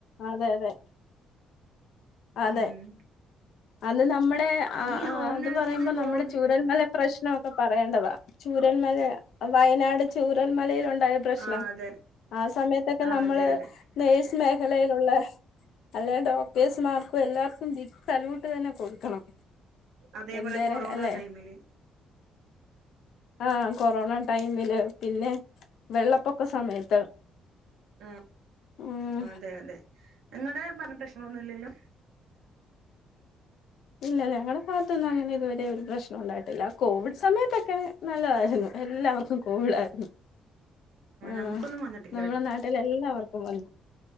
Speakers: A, on the left; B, on the right.
A: അതെ അതെ അതെ
B: ഉം
A: അത് നമ്മടെ ആ
B: ഈ ഹോം
A: അത്
B: നഴ്സിങ്ങിന്
A: പറയുമ്പോ
B: പോകുന്ന
A: നമ്മുടെ ചൂരൽമല പ്രശ്നോക്കെ പറയേണ്ടതാ ചൂരൽ മല. വയനാട് ചൂരൽ മലയിലുണ്ടായ പ്രശ്നം
B: ആഹ് അതെ
A: ആ സമയത്തൊക്കെ
B: ആഹ്
A: നമ്മള്
B: അതെ അതെ
A: നെയ്സ് മേഖലയിലുള്ള അല്ലെൽ ഡോക്ടേഴ്സ് മാർക്കും എല്ലാർക്കും ബിഗ് സല്യൂട് തന്നെ കൊടുക്കണം
B: അതേപോലെ
A: എന്തേരെ
B: കൊറോണ
A: അല്ലെ
B: ടൈമില്
A: ആഹ് കൊറോണ ടൈമില് പിന്നെ വെള്ളപ്പൊക്ക സമയത്ത്
B: ആഹ്
A: ഉം
B: അതെ അതെ നിങ്ങടെബാത്ത് പ്രശ്നൊന്നുംല്ലല്ലോ
A: ഇല്ല ഞങ്ങളുടെ ഭാത്തൊന്നും അങ്ങനെ ഇതുവരെ ഒരു പ്രശ്നം ഉണ്ടായിട്ടില്ല കോവിഡ് സമയത്തൊക്കെ നല്ലതായിരുന്നു എല്ലാവർക്കും കൂളായിരുന്നു ആഹ്
B: നമുക്കൊന്നും വന്നിട്ടില്ല
A: നമ്മളെ നാ നാട്ടിൽ എല്ലാവർക്കും വന്നു